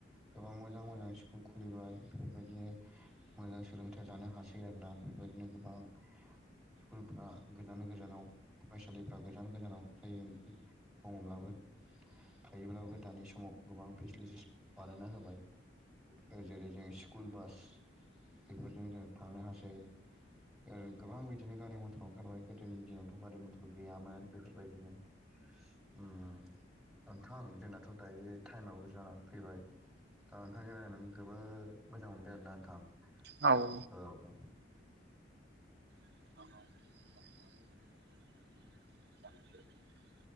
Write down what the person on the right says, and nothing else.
औ औ
<inaudible> <inaudible>